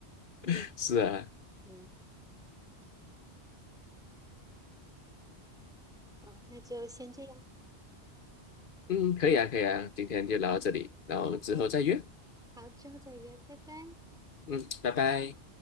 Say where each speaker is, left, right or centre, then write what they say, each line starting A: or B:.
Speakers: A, on the left (about 55°); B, in the centre.
A: <laughs> 是啊，
B: 嗯，好，那就先这样
A: 嗯，可以啊，可以啊，今天就聊到这里，
B: 好的，好
A: 然后我们之后再约，
B: 的，好，之后再约，拜拜。
A: 嗯，拜拜。